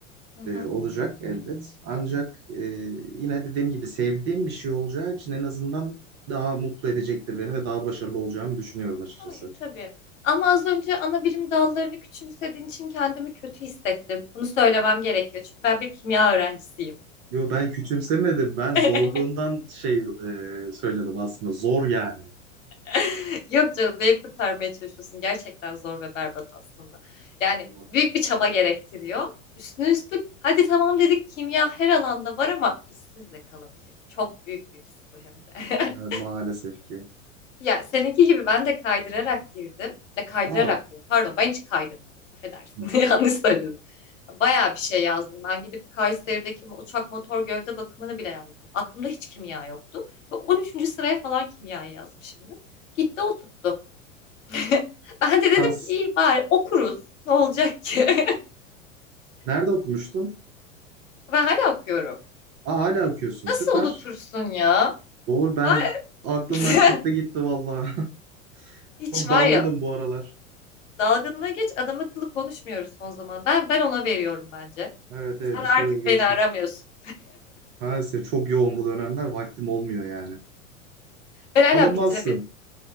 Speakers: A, on the left; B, on the right.
A: Hı hı.
B: e, olacak elbet. Ancak e, yine dediğim gibi sevdiğim bir şey olacağı için en azından daha mutlu edecektir beni ve daha başarılı olacağımı düşünüyorum açıkçası.
A: Hayır tabii. Ama az önce ana bilim dallarını küçümsediğin için kendimi kötü hissettim. Bunu söylemem gerekiyor çünkü ben bir kimya öğrencisiyim.
B: Yo ben küçümsemedim. Ben
A: <laughs>
B: zorluğundan şey e, söyledim aslında. Zor yani.
A: <laughs> Yok canım, neyi kurtarmaya çalışıyorsun? Gerçekten zor ve berbat aslında. Yani
B: Zor.
A: büyük bir çaba gerektiriyor. Üstüne üstlük hadi tamam dedik kimya her alanda var ama işsiz de kalabilirim. Çok büyük bir risk bu hem de. <laughs>
B: Evet, maalesef ki.
A: Ya seninki gibi ben de kaydırarak girdim. Ya kaydırarak
B: Aa,
A: diyorum. Pardon ben hiç kaydırmadım. Affedersin.
B: hı.
A: <laughs> Yanlış söyledim. Bayağı bir şey yazdım. Ben gidip Kayseri'deki uçak motor gövde bakımını bile yazdım. Aklımda hiç kimya yoktu. Ve 13. sıraya falan kimyayı yazmışımdır. Gitti o tuttu. <laughs> Ben de dedim
B: şans.
A: ki iyi bari okuruz. Ne olacak ki? <laughs>
B: Nerede okumuştun?
A: Ben hala okuyorum.
B: Aa, hala okuyorsun.
A: Nasıl
B: Süper.
A: unutursun ya?
B: Doğru ben
A: Ha?
B: aklımdan
A: <laughs>
B: çıktı gitti valla. <laughs>
A: Hiç
B: Çok
A: var
B: dalgınım
A: ya
B: bu aralar.
A: dalgınlığı geç adam akıllı konuşmuyoruz son zaman. Ben ben ona veriyorum bence.
B: Evet evet
A: Sen
B: bir
A: artık
B: süredir görüşemiyorum.
A: beni aramıyorsun.
B: Maalesef çok yoğun bu dönemler. Vaktim olmuyor yani.
A: Ben hala
B: Alınmazsın.
A: bitiremedim.